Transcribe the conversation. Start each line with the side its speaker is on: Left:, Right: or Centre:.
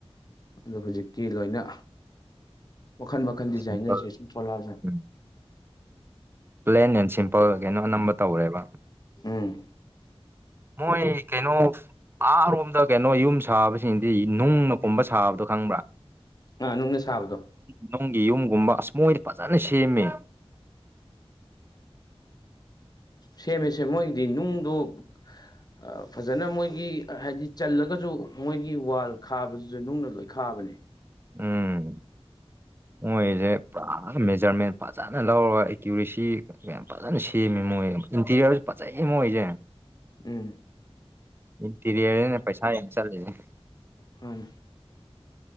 Left: ꯑꯗꯣ ꯍꯧꯖꯤꯛꯇꯤ ꯂꯣꯏꯅ ꯃꯈꯜ ꯃꯛ ꯃꯈꯟ ꯗꯤꯖꯥꯏꯅꯔꯁꯦ
Right: ꯁꯤꯝꯄꯜ
Left: ꯁꯨꯝ ꯊꯣꯛꯂꯛꯕ ꯖꯥꯠꯅꯦ
Right: ꯎꯝ ꯄ꯭ꯂꯦꯟ ꯑꯦꯟ ꯁꯤꯝꯄꯜ ꯀꯩꯅꯣ ꯑꯅꯝꯕ ꯇꯧꯔꯦꯕ
Left: ꯎꯝ
Right: ꯃꯣꯏ ꯀꯩꯅꯣ ꯑꯥꯔꯣꯝꯗ ꯀꯩꯅꯣ ꯌꯨꯝ ꯁꯥꯕꯁꯤꯡꯗꯤ ꯅꯨꯡꯅ ꯀꯨꯝꯕ ꯁꯥꯕꯗꯣ ꯈꯪꯕ꯭ꯔꯥ
Left: ꯑꯥ ꯅꯨꯡꯅ ꯁꯥꯕꯗꯣ
Right: ꯅꯨꯡꯒꯤ ꯌꯨꯝꯒꯨꯝꯕ ꯑꯁ ꯃꯣꯏꯗ ꯐꯖꯅ ꯁꯦꯝꯃꯦ
Left: ꯁꯦꯝꯃꯦ ꯁꯦꯝ ꯃꯣꯏꯒꯤꯗꯤ ꯅꯨꯡꯗꯣ ꯑꯥ ꯐꯖꯅ ꯃꯣꯏꯒꯤ ꯍꯥꯏꯗꯤ ꯆꯜꯂꯒꯁꯨ ꯃꯣꯏꯒꯤ ꯋꯥꯜ ꯈꯥꯕꯗꯨꯁꯨ ꯅꯨꯡꯅ ꯂꯣꯏ ꯈꯥꯕꯅꯦ
Right: ꯎꯝ ꯃꯣꯏꯁꯦ ꯄꯨꯔꯥ ꯃꯦꯖꯔꯃꯦꯟ ꯐꯖꯅ ꯂꯧꯔꯒ ꯑꯦꯀ꯭ꯨꯔꯦꯁꯤ ꯌꯥꯝ ꯐꯖꯅ ꯁꯦꯝꯃꯦ ꯃꯣꯏ ꯏꯟꯇꯤꯔꯤꯌꯔꯁꯨ ꯐꯖꯩꯌꯦ ꯃꯣꯏꯁꯦ
Left: ꯎꯝ
Right: ꯏꯟꯇꯤꯔꯤꯌꯔꯅꯦ ꯄꯩꯁꯥ ꯍꯦꯟꯅ ꯆꯠꯂꯤꯁꯦ
Left: ꯃꯥꯟꯅꯦ